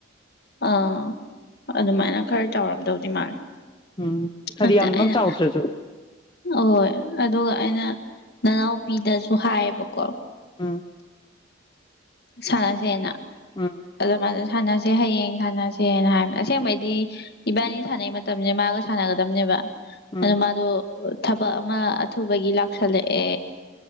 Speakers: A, on the left; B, on the left.
A: ꯑꯥ ꯑꯗꯨꯃꯥꯏꯅ ꯈꯔ ꯆꯥꯎꯔꯝꯗꯧ ꯇꯤꯃꯔ
B: ꯎꯝ ꯍꯥꯏꯗꯤ
A: ꯑꯝꯇ
B: ꯌꯥꯝꯃꯛ
A: ꯑꯩꯅ
B: ꯆꯥꯎꯗ꯭ꯔꯁꯨ
A: ꯍꯣꯏ ꯑꯗꯨꯒ ꯑꯩꯅ ꯅꯅꯥꯎꯄꯤꯗꯁꯨ ꯍꯥꯏꯌꯦꯕꯀꯣ
B: ꯑꯝ
A: ꯁꯥꯟꯅꯁꯦꯅ
B: ꯎꯝ
A: ꯑꯗꯨꯗ ꯃꯥꯁꯦ ꯁꯥꯟꯅꯁꯦ ꯍꯌꯦꯡ ꯁꯥꯟꯅꯁꯦꯅ ꯍꯥꯏꯕꯅꯦ ꯑꯁꯦꯡꯕꯩꯗꯤ ꯏꯕꯥꯅꯤ ꯁꯥꯟꯅꯩ ꯃꯇꯝꯁꯦ ꯃꯥꯒ ꯁꯥꯟꯅꯒꯗꯝꯅꯦꯕ
B: ꯎꯝ
A: ꯑꯗ ꯃꯥꯗꯣ ꯑꯣ ꯊꯕꯛ ꯑꯃ ꯑꯊꯨꯕꯒꯤ ꯂꯥꯛꯁꯜꯂꯛꯑꯦ